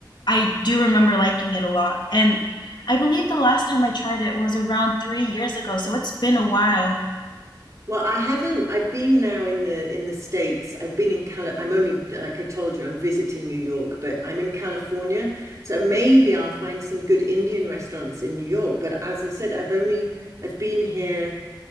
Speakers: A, on the left; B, on the right.
A: I do remember liking it a lot. And I believe the last time I tried it was around three years ago, so it's been a while.
B: Well, I haven't. I've been now in the in the States. I've been in Cali. I'm only, like I told you, I'm visiting New York, but I'm in California. So maybe I'll find some good Indian restaurants in New York. But as I said, I've only I've been here